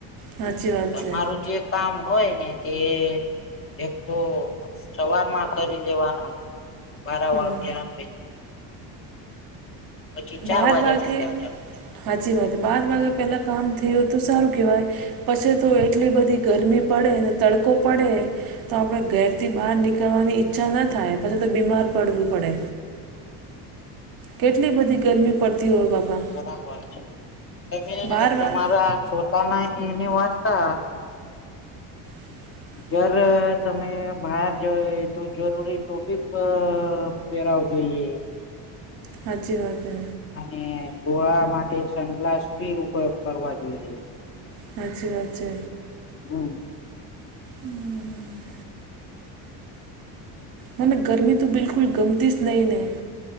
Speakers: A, on the right; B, on the left.
A: સાચી વાત
B: તમારું
A: છે
B: જે કામ હોય ને તે એક તો સવારમાં કરી લેવાના વારા
A: હમ
B: વાર જ્યાં પછી ચાર
A: બાર
B: વાગ્યા
A: વાગે
B: ના અંદર કરું.
A: હાચી વાત. બાર વાગે પેલા કામ થયું હોય તો સારું કેવાય. પછી તો એટલી બધી ગરમી પડે, ને તડકો પડે. તો આપણે ઘેરથી બહાર નીકળવાની ઈચ્છા ન થાય. પછી તો બીમાર પડવું પડે. કેટલી બધી ગરમી પડતી હોય બાપા.
B: બરાબર છે. તમે
A: બાર
B: તમારા
A: વા
B: છોતાના એની વાંચતા
A: <inaudible>
B: જર તમે બહાર જય તો જરૂરી ટોફી પ પહેરાવ જોઈએ.
A: હાચી વાત હે.
B: અને ધોળા માટે સનગ્લાસ બી ઉપયોગ કરવા જોઈએ.
A: હાચી વાત છે.
B: હમ
A: હમ મને ગરમી તો બિલકુલ ગમતી જ નહીં ને.